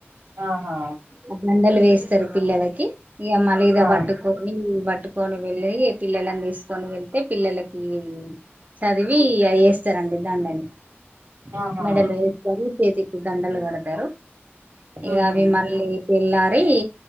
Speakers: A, on the right; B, on the right.
A: ఆహా
B: అబ్ మందలు వేస్తారు పిల్లలకి ఇగ మళ్ళి దా
A: ఆ
B: బట్టు ట్టుకొని పట్టుకొని వెళ్ళి పిల్లలని తీసుకొని వెళ్తే పిల్లలకి చదివి ఇయి అయి వేస్తారండి దండలు
A: ఆహా
B: మెడలో వేస్తారు చేతికి దండలు కడతారు ఇగ
A: ఉహు
B: అవి మళ్ళీ వెళ్ళారి